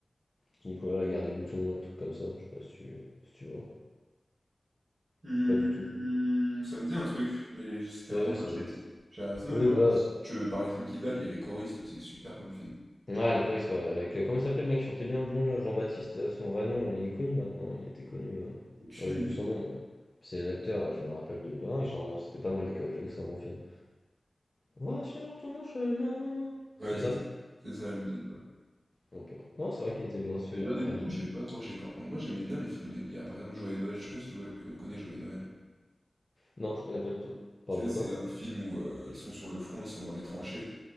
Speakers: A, on the left (about 40°); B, on the right (about 70°).
A: Petit Nicolas, la guerre des boutons, des trucs comme ça, je sais pas si tu, si tu vois.
B: Hmm,
A: Ou pas du tout.
B: ça me dit un truc, mais c'était
A: Tu
B: vraiment
A: sais,
B: quand
A: c'est
B: j'étais
A: des
B: petit.
A: petits.
B: J'ai regardé Snow
A: Oui,
B: et moi,
A: voilà,
B: si tu veux parler de films qui datent, il y a Les Choristes aussi, c'est super comme film.
A: Ah, les Cowboys, ouais, avec, euh, comment il s'appelait le mec qui chantait bien le blond, là, Jean-Baptiste, euh, son vrai nom, il est connu maintenant, il était connu, euh,
B: Aucune
A: oh, j'ai
B: idée.
A: plus son nom, mais c'est l'acteur, je me rappelle de lui, ah, non, il chante- c'était pas mal les Cowboys, j'avoue, c'est un bon film. Va sur ton chemin,
B: Ouais,
A: c'était
B: c'est
A: ça?
B: ça. C'est ça la musique, ouais.
A: Ok, bon. Non, c'est vrai qu'il était bien ce film,
B: La Guerre
A: après,
B: des boutons,
A: euh,
B: j'avais pas accroché par contre. Moi j'aimais bien les films de guerre. Par exemple, Joël Noël, je sais pas si tu vois- que- connais Joël Noël.
A: non, je connais pas du tout, parle
B: Tu sais,
A: de
B: c'est
A: quoi?
B: un film où euh, ils sont sur le front, ils sont dans les tranchées,